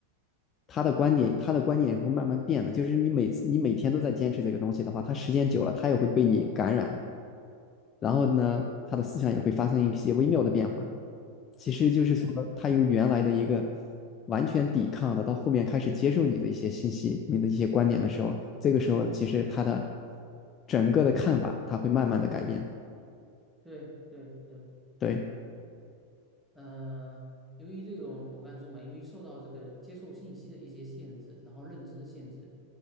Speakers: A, on the left; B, in the centre.
A: 他的观点他的观点也是会慢慢变的。就是你每次你每天都在坚持这个东西的话，他时间久了，他也会被你感染，然后呢，他的思想也会发生一些微妙的变化。其实就是说，
B: 对
A: 他由原来的一个完全抵抗的，到后面开始接受你的一些信息、你的一些观点的时候，这个时候其实他的整个的看法，他会慢慢的改变。
B: 对对对，
A: 对
B: 呃，由于这种我刚才说嘛，由于受到这个接受信息的一些限制，然后认知的限制，